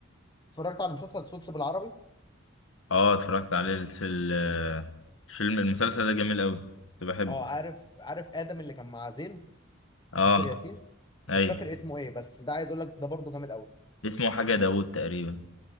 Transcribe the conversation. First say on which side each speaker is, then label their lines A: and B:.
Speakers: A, on the left; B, on the left.
A: اتفرجت على مسلسل صوتس بالعربي
B: اه اتفرجت عليه في ال- الفيلم المسلسل ده جميل قوي كنت بحبه
A: اه عارف عارف ادم اللي كان مع زين
B: اه
A: ناصر ياسين
B: ايوه
A: مش فاكر اسمه ايه بس ده عايز اقول لك ده برضه جامد قوي
B: اسمه حاجه داوود تقريبا